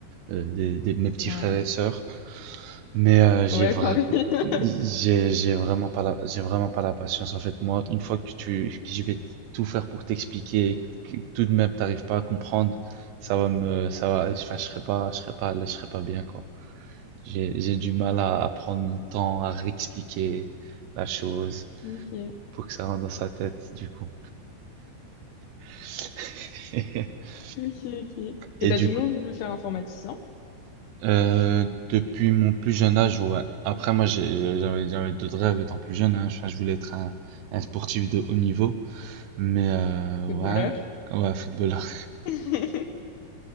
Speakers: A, on the right; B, on the left.
A: euh, des, des mes petits
B: Ouais.
A: frères et sœurs. Mais euh, j'ai
B: Ouais,
A: vra-
B: pareil. <laughs>
A: j'ai j'ai vraiment pas la j'ai vraiment pas la patience en fait moi une fois que tu que je vais tout faire pour t'expliquer et que tout de même t'arrives pas à comprendre ça va me ça va enfin je serai pas je serai pas à l'aise, je serai pas bien quoi j'ai j'ai du mal à, à prendre mon temps à réexpliquer la chose
B: Ok,
A: pour que ça rentre dans sa tête du coup <laughs>
B: ok, ok.
A: et
B: Et t'as
A: du
B: toujours voulu faire informaticien,
A: Euh, depuis mon plus jeune âge, ouais. Après, moi, j'ai- j'ai- j'avais j'avais d'autres rêves étant plus jeune. hein. Enfin, je voulais être un, un sportif de haut niveau. Mais euh,
B: footballeur?
A: ouais, ouais, footballeur.
B: <laughs>